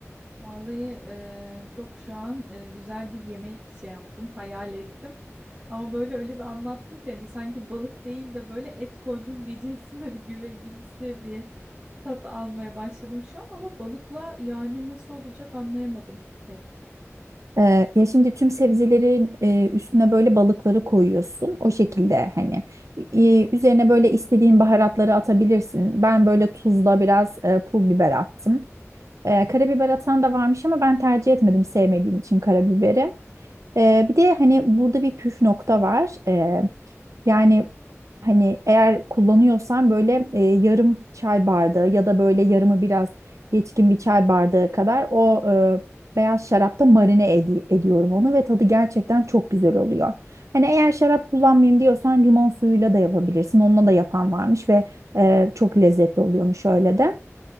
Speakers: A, on the right (about 35°); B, on the right (about 80°).
A: Vallahi e, çok şu an e, güzel bir yemek şey yaptım, hayal ettim. Ama böyle öyle bir anlattın ki hani sanki balık değil de böyle et koydum diyeceksin <laughs> hani güvecimsi bir tat almaya başladım şu an ama balıkla yani nasıl olacak anlayamadım pek.
B: Ee, ya şimdi tüm sebzelerin e, üstüne böyle balıkları koyuyorsun. O şekilde hani e, üzerine böyle istediğin baharatları atabilirsin. Ben böyle tuzla biraz e, pul biber attım. Ee, karabiber atan da varmış ama ben tercih etmedim sevmediğim için karabiberi. Ee, bir de hani burada bir püf nokta var. Ee, yani Hani eğer kullanıyorsan böyle e, yarım çay bardağı ya da böyle yarımı biraz geçkin bir çay bardağı kadar o e, beyaz şarapta marine edi- ediyorum onu ve tadı gerçekten çok güzel oluyor. Hani eğer şarap kullanmayayım diyorsan limon suyuyla da yapabilirsin. Onunla da yapan varmış ve e, çok lezzetli oluyormuş öyle de.